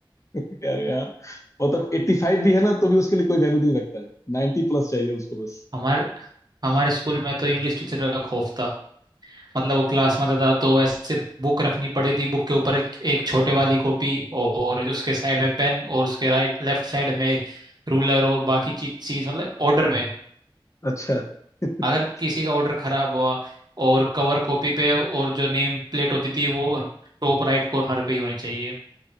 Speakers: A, on the left (about 35°); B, on the right (about 50°).
A: <laughs> अरे यार मतलब एट्टी फाइव भी है ना तो भी उसके लिए कोई वैल्यू नहीं रखता है नाइन्टी प्लस चाहिए उसको बस
B: हमारे हमारे स्कूल में तो इंग्लिश टीचर का खौफ था मतलब वो क्लास में आता था तो ऐसे बुक रखनी पड़ी थी बुक के ऊपर एक एक छोटे वाली कॉपी और उसके साइड में पेन और उसके राइट लेफ्ट साइड में रूलर और बाकी चीज चीज मतलब ऑर्डर में
A: अच्छा <laughs>
B: अगर किसी का ऑर्डर खराब हुआ और कवर कॉपी पे और जो नेम प्लेट होती थी वो टॉप राइट कॉर्नर पे ही होनी चाहिए